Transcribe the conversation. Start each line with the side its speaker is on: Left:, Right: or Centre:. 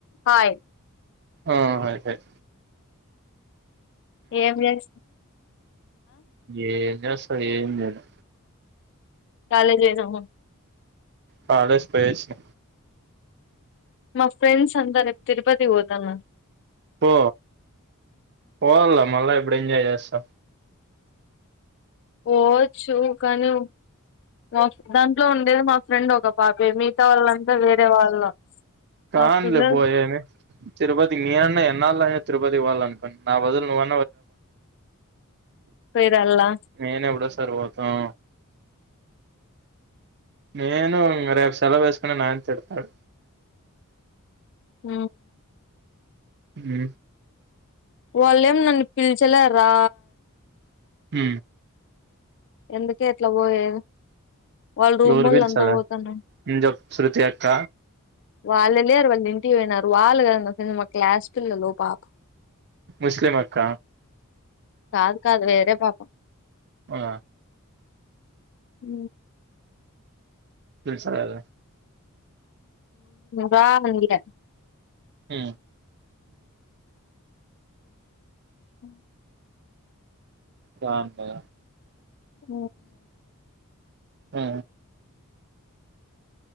Left: Hi
Right: ఆ hi hi
Left: ఏం చేస్
Right: ఏం చేస్తా ఏం లేదు,
Left: కాలేజ్ లేదేమో
Right: కాలేజ్ పోయివచ్చిన,
Left: మా ఫ్రెండ్స్ అంత రేపు తిరుపతి పోతున్నా,
Right: పో పోవల మళ్ళా ఎప్పుడు ఎంజాయ్ చేస్తాం,
Left: పోవొచ్చు కానీ మా దాంట్లో ఉండేది మా ఫ్రెండ్ ఒక పాపే మిగతా వాళ్ళంతా వేరే వాళ్ళు,
Right: కాంది
Left: ఆ పిల్ల
Right: పోయేది, తిరుపతి మీ అన్నా ఎన్నా తిరుపతికి పోవాల అనుకో నా బదులు నువ్వ
Left: ఫర అలా
Right: నేను ఎవప్పుడ సారి పోతాం నేను రేపు సెలవు వేసుకుని నాయన తిడతాడు
Left: హ
Right: హ
Left: వాళ్ళేం నన్ను పిల్చలే రా
Right: హ
Left: ఎందుకట్లా పోయే వాళ్ళ రూమ్
Right: ఎవరు
Left: వల్ల
Right: పిలిచాలే
Left: ఎంతా పోతారండి
Right: మ్మ్ చెప్పు శృతి అక్క
Left: వాళ్ళు లేరు వాళ్ళు ఇంటికి పోయినారు వాళ్ళు కద మా క్లాస్ టూల లో పాప
Right: ముస్లిం అక్క
Left: కాదు కాదు వేరే పాపం
Right: ఆ
Left: అ
Right: తె సర అద
Left: రాా అందిర
Right: అ
Left: అ
Right: రాన్నా
Left: అ
Right: ఆ